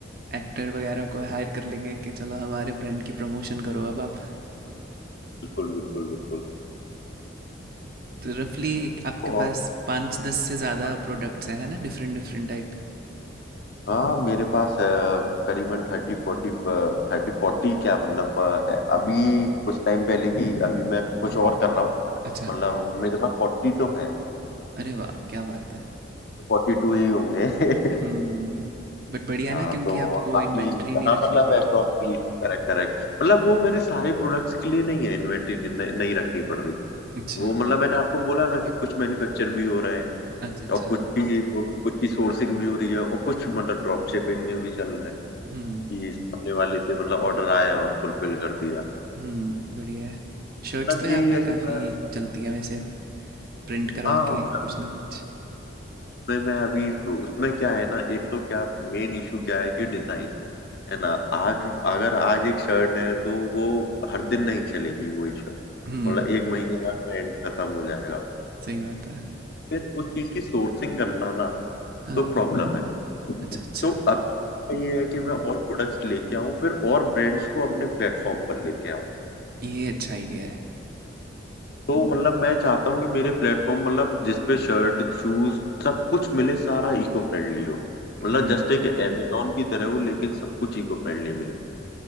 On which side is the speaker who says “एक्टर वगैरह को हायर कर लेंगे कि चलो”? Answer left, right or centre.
Right